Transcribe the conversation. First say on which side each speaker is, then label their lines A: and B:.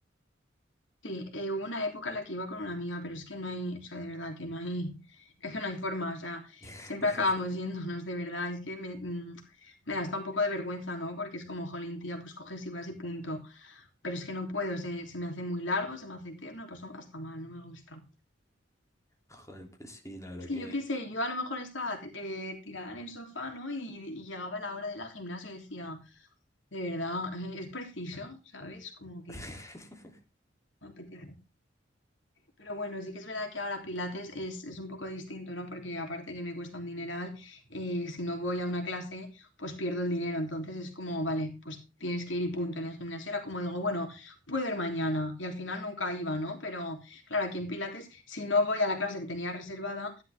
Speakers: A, on the left; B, on the left.
A: Sí, eh, hubo una época en la que iba con una amiga, pero es que no hay, o sea, de verdad que no hay, es que no hay forma, o sea,
B: <laughs>
A: siempre acabamos yéndonos, de verdad, es que me, mm, me da hasta un poco de vergüenza, ¿no? Porque es como, jolín, tía, pues coges y vas y punto. Pero es que no puedo, se, se me hace muy largo, se me hace eterno, paso hasta mal, no me gusta.
B: Joder, pues sí, la verdad
A: Es que
B: que...
A: yo qué sé, yo a lo mejor estaba eh, tirada en el sofá, ¿no? Y, y llegaba la hora de la gimnasia y decía, de verdad, <laughs> es preciso, ¿sabes? Como que
B: <laughs>
A: me apetece. Pero bueno, sí que es verdad que ahora Pilates es, es un poco distinto, ¿no? Porque aparte que me cuesta un dineral, eh, si no voy a una clase, pues pierdo el dinero. Entonces es como, vale, pues tienes que ir y punto. En el gimnasio era como digo, bueno, puedo ir mañana. Y al final nunca iba, ¿no? Pero claro, aquí en Pilates, si no voy a la clase que tenía reservada,